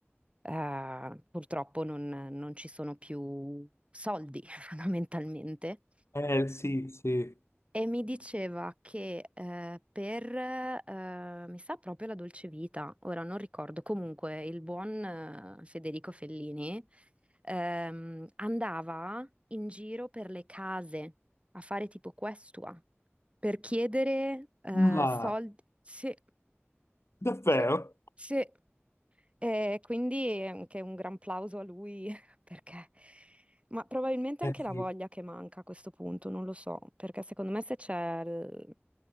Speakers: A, on the right (about 25°); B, on the left (about 75°).
A: eh, purtroppo non, non ci sono più soldi <laughs> fondamentalmente.
B: Eh sì, sì.
A: E mi diceva che eh, per, eh, mi sa proprio La Dolce Vita, ora non ricordo, comunque il buon eh, Federico Fellini ehm, andava in giro per le case a fare tipo questua per chiedere eh,
B: Ah,
A: soldi. Sì,
B: davvero?
A: sì, sì. E quindi anche un gran plauso a lui <laughs> perché, ma probabilmente
B: Eh
A: anche la
B: sì.
A: voglia che manca a questo punto, non lo so, perché secondo me se c'è il-